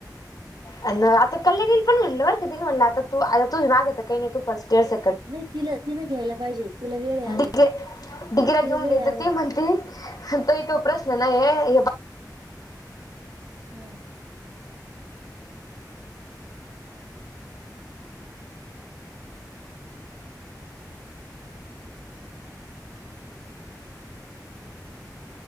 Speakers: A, on the left; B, on the right.
A: अ आता कल्याणी पण म्हटल बर का, तीला म्हटल आता तू आता तू मागेत काही नाही तू फर्स्ट इयर स
B: नाही तिला, तिन घ्यायला पाहिजे. तिला वेळ आहे अजून
A: डिगे डिग्रे
B: तिला
A: घेऊन
B: वेळ
A: घे.
B: आहे
A: त
B: अजून
A: ती म्हणती ताई तो प्रश्न नाहीये. हे
B: हम्म